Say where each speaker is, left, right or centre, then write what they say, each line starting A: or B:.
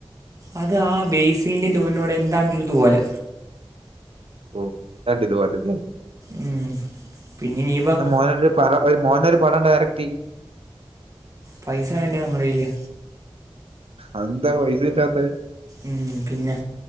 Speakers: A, on the right (about 35°); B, on the right (about 75°).
A: അത് ആ ബേസിലിന്റെ ടൊവിനോട് എന്താണ്ടൊര് ത്പോലെ
B: ഓ ണ്ടാതിത് പോലെ തന്നേണ്
A: ഉം പിന്നെ ഇനിയിപ്പം
B: <unintelligible> പടം ഡയറക്റ്റിയ്യും
A: പൈസ വേണ്ടേ നമ്മടെയ്യില്
B: അതെന്താ പൈസ കിട്ടാത്തത്
A: ഉം പിന്നെ